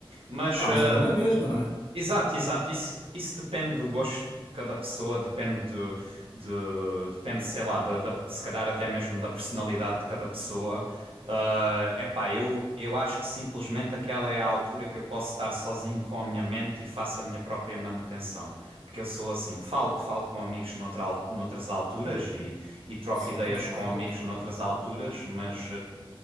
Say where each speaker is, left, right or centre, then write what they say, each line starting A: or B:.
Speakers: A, on the right; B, on the left.
A: Mas
B: Pá,
A: ah,
B: mas é bom na mesma, não é?
A: Exato, exato. Isso, isso depende do gosto de cada pessoa, depende de, de- depende, sei lá, da, da- se calhar até mesmo da personalidade de cada pessoa. Ah, epá, eu, eu acho que simplesmente aquela é a altura que eu posso estar sozinho com a minha mente e faço a minha própria manutenção. Porque eu sou assim, falo, falo com amigos noutra, al- noutras alturas e, e troco
B: Sim,
A: ideias
B: claro,
A: com amigos
B: claro,
A: noutras
B: claro.
A: alturas, mas